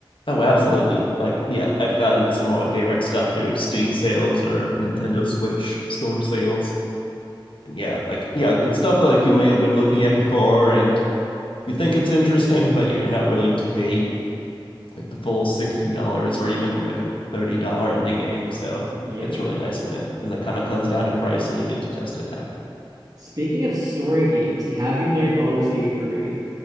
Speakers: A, on the left (about 70°); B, on the right (about 45°).
A: oh absolutely like yeah i've gotten some of my favorite stuff through steam sales or nintendo switch store sales And yeah, like yeah, it's stuff like you may have been looking at before and you think it's interesting, but yeah, you're not willing to pay like the full sixty dollars or even like a thirty dollar indie game. So
B: Yeah.
A: it's really nice when it when that kind of comes down in price and you get to test it out.
B: Speaking of story games, have you played Baldur's Gate 3?